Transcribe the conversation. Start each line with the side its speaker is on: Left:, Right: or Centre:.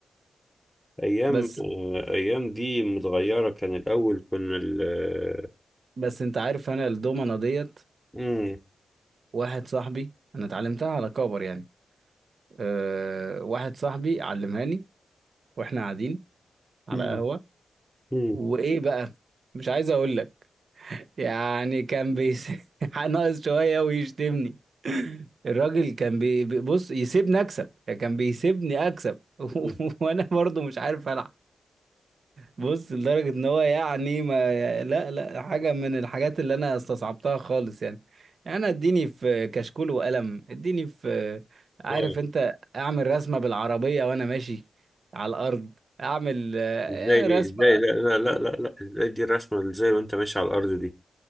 Centre: ايام
Right: بس
Centre: آه، ايام دي متغيرة كان الاول كنا ال آه،
Right: بس أنت عارف أنا الدومنة ديت
Centre: مم،
Right: واحد صاحبي أنا اتعلمتها على كبر يعني أه واحد صاحبي علمهاني وإحنا قاعدين على
Centre: مم،
Right: قهوة
Centre: مم،
Right: وإيه بقى مش عايز أقول لك يعني كان بيس <laughs> ناقص شوية ويشتمني <laughs> الراجل كان بي... بي- بص يسيبني اكسب يعني كان بيسيبني اكسب <laughs>
Centre: مم.
Right: وانا برضو مش عارف العب بص لدرجة ان هو يعني ما لا لا حاجة من الحاجات اللي انا استصعبتها خالص يعني يعني انا اديني في كشكول وقلم اديني في عارف
Centre: آه،
Right: انت اعمل رسمة بالعربية وانا ماشي على الارض اعمل آه،
Centre: ازاي دي
Right: رسمة
Centre: ازاي لا لا لا لا لا ازاي دي الرسمة ازاي وانت ماشي على الارض دي